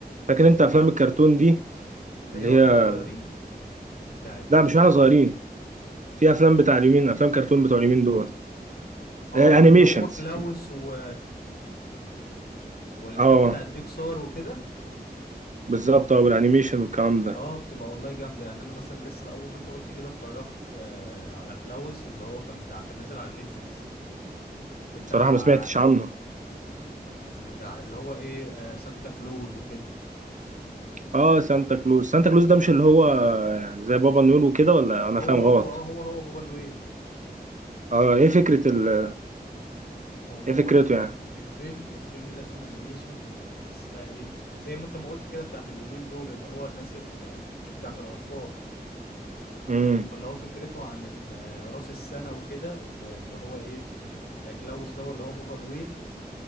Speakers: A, on the right; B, on the left.
A: فاكر أنت أفلام الكرتون دي
B: اللي
A: اللي
B: هي واحنا
A: هي
B: صغيرين بتاعت
A: لا مش واحنا صغيرين في أفلام بتاع اليومين أفلام كرتون بتوع اليومين دول
B: اه
A: إيه، أنيميشنز
B: اللي هو كلاوس و والحاجات
A: اه
B: بتاعت بيكسار وكده
A: بالظبط اه والأنيميشن والكلام ده
B: اه بتبقى والله جامده يعني انا مثلا لسه اول ما انت قلت كده اتفرجت آه، على كلاوس اللي هو كان بتاع كان نازل على نتفليكس بتاع
A: بصراحة ما سمعتش عنه
B: بتاع اللي هو ايه آه، سانتا كلوز وكده
A: اه سانتا كلوز سانتا كلوز ده مش اللي هو يعني زي بابا نيول وكده ولا أنا
B: هو
A: فاهم
B: هو
A: غلط
B: اه هو هو بابا نويل بس
A: اه
B: بيت...
A: ايه فكرة ال...
B: هو هو
A: ايه فكرته
B: ال-
A: يعني
B: الفيلم الفيلم ده فيلم انيميشن بس بقى ايه زي ما انت ما قلت كده بتاعت اليومين دول اللي هو الناس اللي مش بتاعت الاطفال
A: امم
B: فاللي هو فكرته عن ال- راس السنه وكده واللي هو ايه آه، كلاوس ده اللي هو بابا نويل